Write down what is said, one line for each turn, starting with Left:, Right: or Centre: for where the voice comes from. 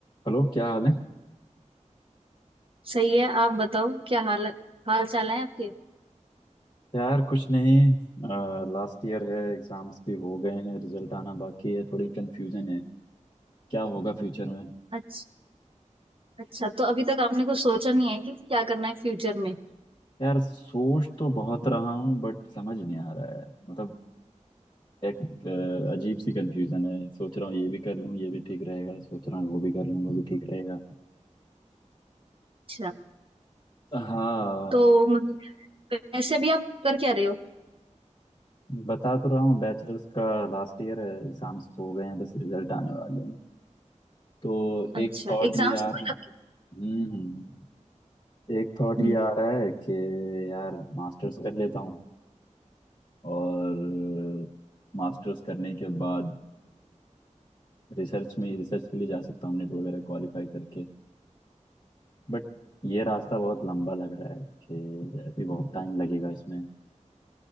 Left: Hello क्या हाल है
Right: सही है आप बताओ क्या हाल हाल चाल है आपके
Left: यार कुछ नहीं लास्ट ईयर है एग्जाम्स भी हो गए हैं रिजल्ट आना बाकी है थोड़ी कंफ्यूजन है क्या होगा फ्यूचर में
Right: अच्छा अच्छा तो अभी तक आपने कुछ सोचा नहीं है कि क्या करना है फ्यूचर में
Left: यार सोच तो बहुत रहा हूँ बट समझ नहीं आ रहा है मतलब एक अ, अजीब सी कंफ्यूजन है सोच रहा हूँ ये भी कर लूँ ये भी ठीक रहेगा सोच रहा हूँ वो भी कर लूँ वो भी ठीक रहेगा
Right: अच्छा
Left: हाँ
Right: तो मतलब वैसे भी आप कर क्या रहे हो
Left: बता तो रहा हूँ बैचलर्स का लास्ट ईयर है एग्जाम्स हो गए हैं बस रिजल्ट आने वाले हैं तो
Right: अच्छा
Left: एक थॉट
Right: एग्जाम्स
Left: ये आ
Right: हुए
Left: रहा है
Right: आपके
Left: हम्म हम्म हम्म। एक थॉट
Right: हम्म
Left: ये आ रहा है कि यार मास्टर्स कर लेता हूँ और मास्टर्स करने के बाद रिसर्च में रिसर्च के लिए जा सकता हूँ नेट वगैरह क्वालिफाई करके बट ये रास्ता बहुत लंबा लग रहा है कि अभी बहुत टाइम लगेगा इसमें